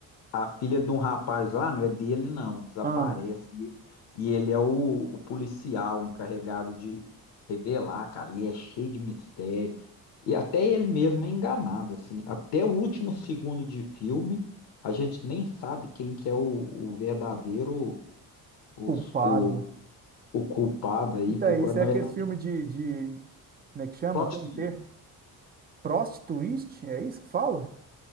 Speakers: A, on the left; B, on the right.
A: a filha de um rapaz lá, não é dele não, desaparece.
B: Ah,
A: E, e ele é o, o policial encarregado de revelar, cara. E é cheio de mistério. E até ele mesmo é enganado, assim. Até o último segundo de filme, a gente nem sabe quem que é o o verdadeiro o,
B: culpado.
A: o, o culpado aí,
B: E tá
A: por
B: aí, esse
A: na
B: é aquele
A: verdade,
B: filme de, de. Como é que chama?
A: plot
B: Tem um
A: twist.
B: ter. Prostituiste? É isso que fala?